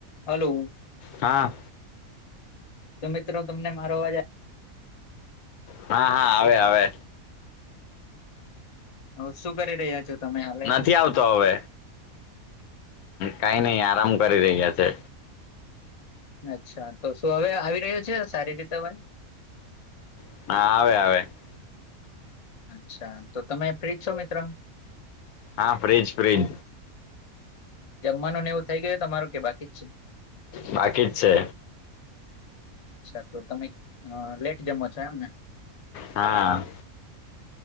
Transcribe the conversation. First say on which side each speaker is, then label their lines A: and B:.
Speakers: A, on the left; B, on the left.
A: Hello
B: હા
A: તો મિત્રો તમને મારોઅવાજ
B: હા, હા, આવે આવે
A: હ શું કરી રહ્યા છો તમે હવે
B: નથી આવતો હવે કઈ નહી, આરામ કરી રહ્યા છે
A: અચ્છા, તો શું હવે આવી રહ્યું છે સારી રીતેન અવાજ
B: હા, આવે, આવે
A: અચ્છા, તો તમે ફ્રીજ છો મિત્ર
B: હા, ફ્રીજ ફ્રીજ
A: જમવાનું ને એવું થઈ ગયું તમારું કે બાકી જ છે
B: બાકી જ છે
A: અચ્છા તો તમે લેટ જમો છો એમ ને
B: હા